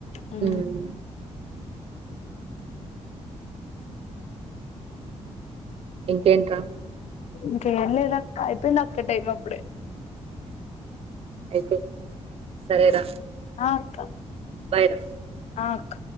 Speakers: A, on the left; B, on the right.
A: అ
B: ఉమ్ ఇంకేంట్రా
A: ఇంకేం లేదాక్క అయిపోయింది అక్క టైమ్
B: అయిపొం సరేరా
A: ఆ అక్క
B: బైరా
A: ఆ అక్క